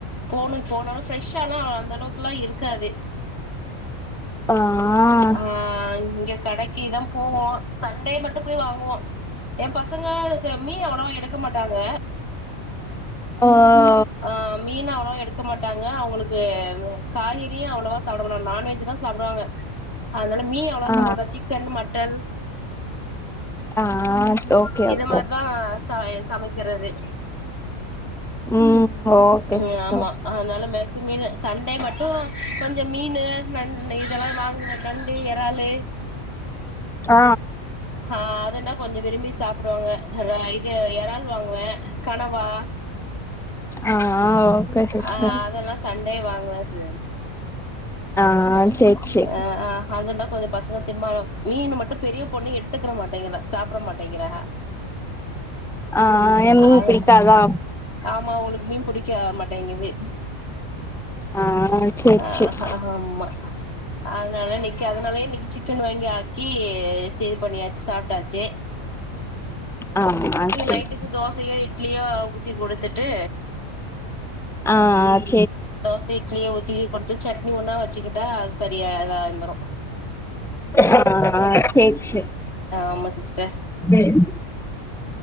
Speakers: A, on the left; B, in the centre.
A: போனு போனுன்னா ஃப்ரஷ்ஷாலா அந்த அளவுக்குல்லா இரு காது
B: ஆ
A: அ இங்க கடைக்கிதா போவோ சண்டே மட்டும் போய் வாங்குவோ எயா பசங்க அவ்ளச மீன் அவ்ளோவா எடுக்க மாட்டாங்க
B: அ
A: ஆ மீன் அவ்ளவா எடுக்க மாட்டாங்க அவுங்களுக்கு காய்கறியு அவ்ளவா சாப்டாமாட்டா நான்வெஜ் தா சாப்புடுவாங்க அதனால மீன் அவ்ளாவா
B: ஆ
A: சாப்புடமாட்டா சிக்கன் மட்டன்
B: ஆ ஓகே
A: இத
B: ஓகே
A: மாரிதா ச சமைக்கறது
B: ம் ஓகே
A: ம்
B: சிஸ்டர்
A: ஆமா அதனால மேக்ஸிமம் முனு சண்டே மட்டு கொஞ்சோ மீனு நண் இத ல்லா வாங்குவே நண்டு எறாலு
B: அஹ
A: ஆ அதனா கொஞ்சோ விரும்பி சாப்புடுவாங்க றா இது எறால் வாங்குவே கனவா
B: அ ஆ ஓகே சிஸ்டர்
A: ஆ அதெல்லா சண்டே வாங்குவே சி
B: ஆ சேரி சேரி
A: அ ஆ அதுன்னா கொஞ்சோ பசங்க திம்பாங்க மீன் மட்டு பெரிய பொண்ணு எடுத்துக்கறமாட்டேங்கறா சாப்பிட மாட்டேங்கிறா
B: ஆ மீன்
A: அது
B: பிடிக்காதா
A: ஆமா உனக் மீன் புடிக்க மாட்டேங்கிது
B: ஆ சேரி
A: அ
B: சேரி
A: ஹா அம்மா அதனால இன்னைக்கு அதனாலயே இன்னைக்கு சிக்கன் வாங்கி ஆக்கி சேல் பண்ணியாச்சி சாப்டாச்சி
B: அ ஆ சேரி
A: நைட்டுக்கு தோசையோ இட்லியோ ஊத்தி குடுத்துட்டு
B: ஆ அத்
A: தோசே இட்லியே ஊத்தி கொடுத்து சட்னி ஒன்னா வச்சுக்கிட்டா அது சரியா அதா வந்துரு
B: ஆ ஆ சேர் சேர்
A: ஆமா சிஸ்டர்
B: தென்